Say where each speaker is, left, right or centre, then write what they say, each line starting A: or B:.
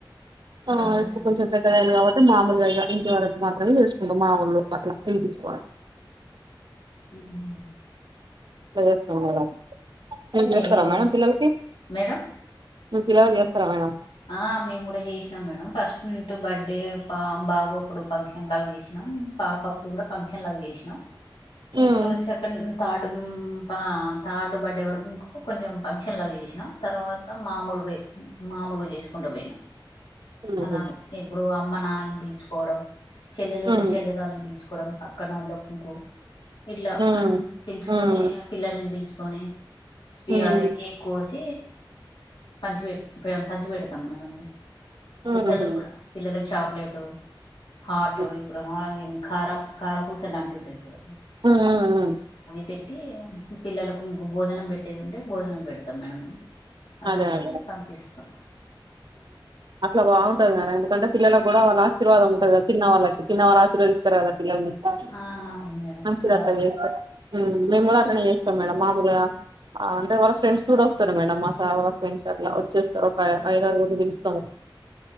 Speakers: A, on the right; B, on the left.
A: ఆ
B: అలాగా
A: ఇప్పు
B: మేడం
A: కొంచెం పెద్దగయ్యింది కాబట్టి మామూలుగ ఇగ ఇంటి వరకు మాత్రమే చేసుకుంటాం మా ఊర్లో అట్ల పిలిపిచుకొని
B: హుమ్
A: ఇట్ల చేస్తాం మేడమ్ మీరు చేస్తరా
B: ఏంటి
A: మేడం పిల్లలకి
B: మేడం
A: మీర్ పిల్లలకి చేస్తరా మేడం
B: ఆ మేము కూడా చేసినాం మేడం ఫస్ట్ టూ బర్త్డే పా బాబు అప్పుడు ఫంక్షన్ లాగా చేసినాం పాప అప్పుడు కూడా ఫంక్షన్ లాగ చేసినాం
A: హ్మ్.
B: ఇప్పుడు సెకండ్ థర్డ్ ఆ థర్డ్ బర్త్డే వరకు కొంచెం ఫంక్షన్లవి చేసినా తర్వాత మామూలుగా మామూలు చేసుకుంట పోయిన
A: హుహు.
B: అలా ఎప్పుడు అమ్మా నాన్న పిలుచుకోవడం చెల్లెలు
A: హ్మ్.
B: ఉంటే చెల్లి వాలని పిల్చ్ పీల్చుకోవడం అక్కనోలక్ కుకో ఇట్లా
A: హ్మ్.
B: పీల్చుకొని
A: హ్మ్.
B: పిల్లలన్ తి కొని స్పి
A: హ్మ్.
B: అదెకి కోస్ పంచివేట్ పంచిపెడతాం మనమే
A: హుహు.
B: పిల్లలక్
A: హ్మ్.
B: గుడా పిల్లలకు చాక్ ఎటు హా టో
A: హ్మ్.
B: ఇప్పుడు హా కార కారపూసలు అంటుండే ఇప్పుడు
A: హు హు హు
B: పెట్టి పిల్లలకు ఇంక భోజనం పెట్టేది ఉంటే భోజనం పెడతాం మేడం అలా
A: అదే
B: పెట్టి
A: అదే
B: పంపిస్తాం.
A: అట్లా బాగుంటది మేడమ్ ఎందుకంటే. పిల్లలు కూడా వాళ్ళ ఆశీర్వాదం ఉంటాది. కదా తీన్నళ్ళకి తీన్న వాళ్ళ ఆశీర్దిస్తారు. కాదా.
B: ఆ అవును మేడం
A: మంచిది
B: అలాగే
A: అట్లా చేస్తే మేము కూడా అట్లనే చేస్తాం మేడం మామూలుగా అంటే, వాళ్ళ ఫ్రెండ్స్ కూడా వస్తారు మేడం, మా ఫేవరెట్ ఫ్రెండ్స్ అట్లా వచ్చేస్తారు. ఒక ఐదు ఆరుగురుని పిలుస్తాము